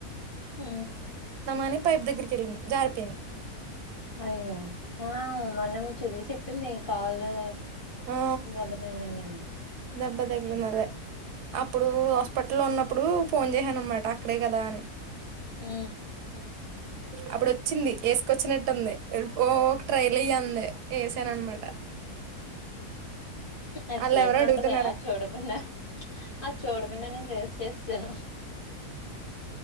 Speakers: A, on the left; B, on the right.
A: ఆ
B: అని పైప్ దగ్గరికి వెళ్ళింది జారిపోయింది
A: అయ్యో ఆ మొన్న మీ చెల్లి చెప్పింది కాలు
B: ఆ
A: దెబ్బ తగిలింది అని
B: దెబ్బ తగిలింది అదే అప్పుడు హాస్పిటల్లో ఉన్నప్పుడు ఫోన్ చేసానన్నమాట అక్కడే కదా అని
A: ఉ
B: అప్పుడు వచ్చింది వేసుకొచ్చినట్టుంది ఓ ట్రైల్ ఎయ్యాంది వేసానన్నమాట
A: ఎక్సలేటర్
B: వాళ్ళు ఎవరో అడుగుతున్నారు
A: ఉంటద అది
B: అక్కడ.
A: చూడుకుండా అది చూడకుడా నేను రేస్ చేసేసాను